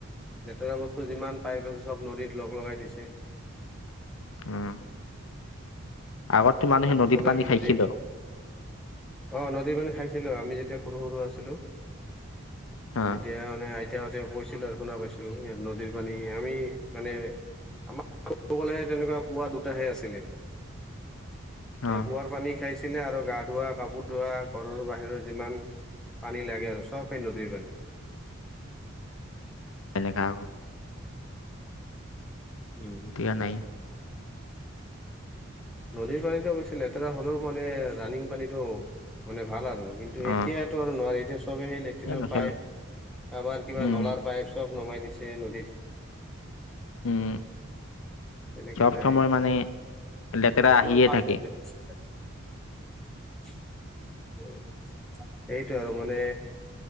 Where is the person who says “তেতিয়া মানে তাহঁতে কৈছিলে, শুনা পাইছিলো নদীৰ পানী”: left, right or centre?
Centre